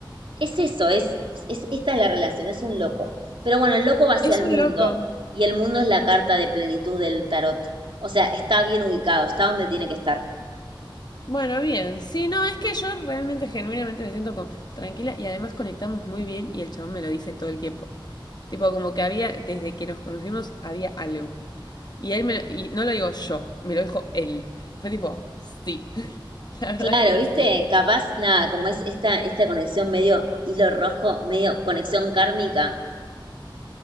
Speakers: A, on the right; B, on the left.
A: Es eso, es, es, esta es la relación, es un loco. Pero bueno, el loco va hacia
B: Es
A: el
B: un
A: mundo
B: loco.
A: y el mundo es la carta de plenitud del tarot. O sea, está bien ubicado, está donde tiene que estar.
B: Bueno, bien. Sí, no, es que yo realmente, genuinamente me siento con- tranquila y además conectamos muy bien y el chabón me lo dice todo el tiempo. Tipo, como que había, desde que nos conocimos, había algo. Y él me lo- y no lo digo yo, me lo dijo él. Fue tipo, sí, <laughs> la verdad
A: Claro,
B: que
A: ¿viste?
B: sí.
A: Capaz, nada, como es esta, esta conexión medio hilo rojo, medio conexión kármica.